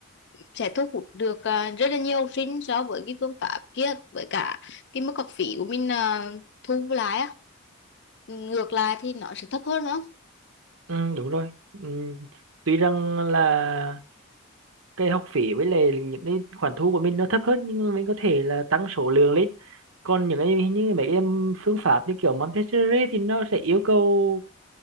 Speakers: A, on the left; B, on the right.
A: sẽ thu hút được ờ, rất là nhiều học sinh so với cái phương pháp kia với cả cái mức học phí của mình ờ, thu lại á ngược lại thì nó sẽ thấp hơn đúng không?
B: ừ, đúng rồi ừ. tuy rằng là cái học phí với lại những cái khoản thu của mình nó thấp hơn nhưng mà mình có thể là tăng số lượng lên còn những cái như mấy cái em phương pháp như kiểu Montessori thì nó sẽ yêu cầu